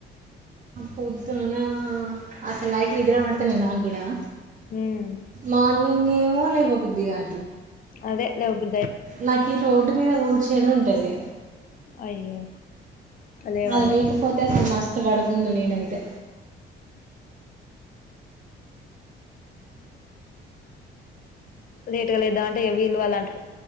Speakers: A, on the right (about 40°); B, on the left (about 45°).
A: పొద్దున అసలు నైట్ నిద్ర పడతలే నాగ్గుడా
B: ఉమ్
A: మార్నింగేమ్ మో లేవబుద్ధి గా
B: అదే లెవబుద్
A: నాకీ రోడ్డు మీద ఊడ్చేది ఉన్ పదే
B: అయ్యో లేవాలే
A: అది లేకపోతే అసలు మస్ తు పడుకుందు నేనైతే
B: లేట్గా లేద్దామ అంటే వీల్లు వళ్ళంటారు